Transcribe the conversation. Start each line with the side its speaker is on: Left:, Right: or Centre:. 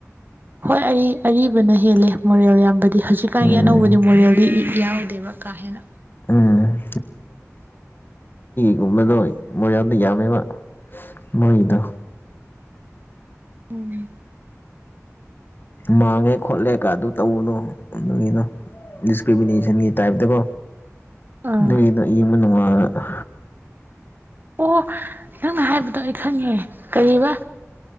Right: ꯍꯣꯏ ꯑꯔꯤꯕꯅ ꯍꯦꯜꯂꯦ ꯃꯣꯔꯦꯜ ꯌꯥꯝꯕ ꯑ ꯍꯧꯖꯤꯛꯀꯥꯟꯒꯤ
Left: ꯎꯝ
Right: ꯑꯅꯧꯕꯗꯤ ꯃꯣꯔꯦꯜꯗꯤ ꯏ ꯌꯥꯎꯗꯦꯕ ꯀꯥ ꯍꯦꯅ
Left: ꯎꯝ ꯑꯗꯨꯨꯝꯃꯦꯗꯣ ꯃꯣꯏꯖ ꯌꯥꯝꯥꯗ ꯌꯥꯝꯃꯦꯃ ꯃꯣꯏꯗ
Right: ꯎꯝ
Left: ꯃꯥꯡꯉꯦ ꯈꯣꯠꯂꯦ ꯀ ꯑꯗꯨ ꯇꯧꯕꯗꯣ ꯑꯗꯨꯒꯤꯅꯣ ꯗꯤꯁꯀ꯭ꯔꯤꯃꯤꯅꯦꯁꯟꯒꯤ ꯇꯥꯏꯞꯇꯀꯣ
Right: ꯑꯥ
Left: ꯂꯩꯗ ꯏ ꯃꯅꯅꯨꯡꯉ ꯑ
Right: ꯑꯣ ꯅꯪꯅ ꯍꯥꯏꯕꯗꯣ ꯑꯩ ꯈꯪꯉꯦ ꯀꯩ ꯑꯕꯥ